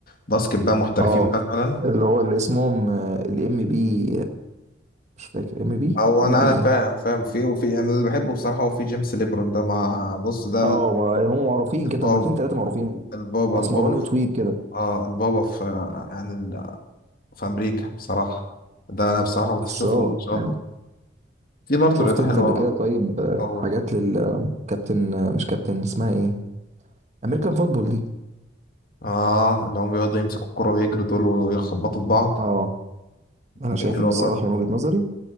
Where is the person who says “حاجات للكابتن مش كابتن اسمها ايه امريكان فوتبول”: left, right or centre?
Right